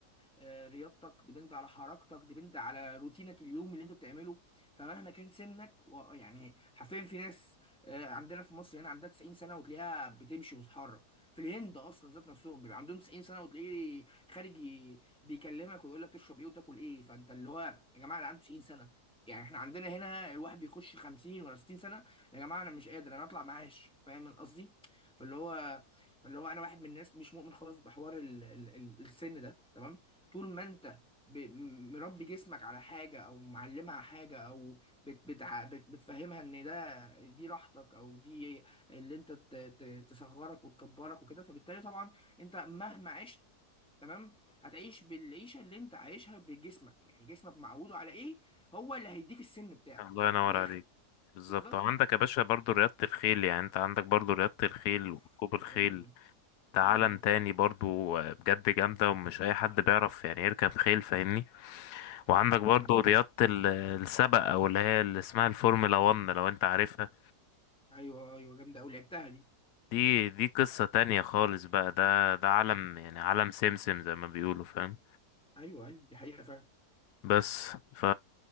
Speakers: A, in the centre; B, on the left.
A: آه، رياضتك ديبند على حركتك ديبند على روتينك اليوم اللي انت بتعمله فمهما كان سنك و- يعني حرفيا في ناس آه، عندنا في مصر هنا عندها 90 سنه وتلاقيها بتمشي وتتحرك في الهند اصلا ذات نفسهم بيبقى عندهم 90 سنه وتلاقيه خارج ي- بيكلمك ويقول لك تشرب ايه وتاكل ايه فانت اللي هو يا جماعه اللي عنده 90 سنه يعني احنا عندنا هنا الواحد بيخش 50 ولا 60 سنه يا جماعه انا مش قادر انا اطلع معاش فاهم قصدي فاللي هو فاللي هو انا واحد من الناس مش مؤمن خالص بحوار ال... ال... ال... السن ده تمام طول ما انت ب... م- مربي جسمك على حاجه او معلمها حاجه او بت... بتع... بت... بتفهمها ان ده دي راحتك او دي اللي انت ت... ت... تصغرك وتكبرك وكده فبالتالي طبعا انت مهما عشت تمام هتعيش بالعيشه اللي انت عايشها بجسمك يعني جسمك معوده على ايه هو اللي هيديك السن بتاعك
B: الله ينور
A: من الاخر
B: عليك بالظبط
A: بالظبط
B: وعندك يا باشا برضو رياضة الخيل يعني انت عندك برضو رياضة الخيل
A: اوف
B: وركوب الخيل
A: جامده دي
B: ده
A: امم
B: عالم تاني برضو بجد جامدة ومش أي حد بيعرف يعني يركب خيل فاهمني وعندك برضو
A: ايوه
B: رياضة ال- السبق أو اللي هي اللي اسمها الفورمولا 1 لو انت عارفها
A: ايوه ايوه جامده قوي لعبتها دي
B: دي دي قصة تانية خالص بقى ده ده عالم يعني عالم سمسم زي ما بيقولوا فاهم
A: ايوه ايوه دي حقيقه فعلا
B: بس ف